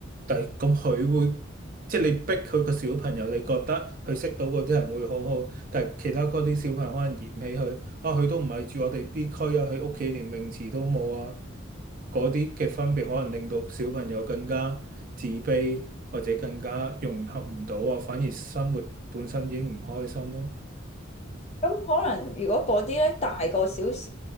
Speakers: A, on the right; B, on the left.
A: 但係咁佢會，即係你逼佢個小朋友，你覺得佢識到嗰啲人會好好，但係其他嗰啲小朋友可能嫌棄佢，啊佢都唔係住我哋啲區啊，佢屋企連泳池都冇啊，嗰啲嘅分別可能令到小朋友更加自卑，或者更加融合唔到啊，反而生活本身已經唔開心咯。
B: 咁可能如果嗰啲咧大個少少